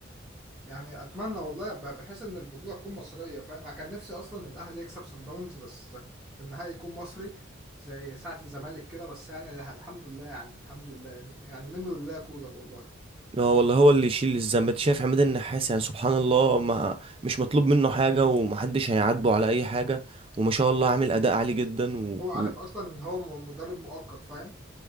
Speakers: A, in the centre; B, on the right.
A: يعني اتمنى والله ب- بحس ان البطوله تكون مصريه فاهم انا كان نفسي اصلا الاهلي يكسب سان داونز بس والنهائي يكون مصري زي ساعه الزمالك كده بس يعني الحمد لله يعني الحمد لله يعني منه لله كولر والله
B: اه والله هو اللي يشيل الذنب انت شايف عماد النحاس يعني سبحان الله ما مش مطلوب منه حاجة ومحدش هيعاتبه على أي حاجة وما شاء الله عامل أداء عالي جدا و...
A: هو عارف
B: و...
A: اصلا ان هو م- مدرب مؤقت فاهم